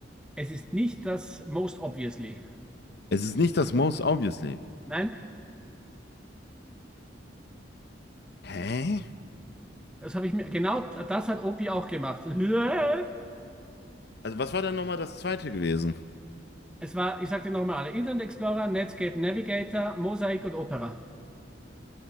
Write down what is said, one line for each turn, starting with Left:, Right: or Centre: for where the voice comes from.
Centre: Es ist nicht das Most Obviously.
Left: Es ist nicht das Most Obviously.
Centre: Nein,
Left: Hä?
Centre: das habe ich mir, genau das hat Opi auch gemacht. <laughs>
Left: Also was war denn nochmal das zweite gewesen?
Centre: Es war, ich sagte nochmal alle, Internet Explorer, Netscape Navigator, Mosaic und Opera.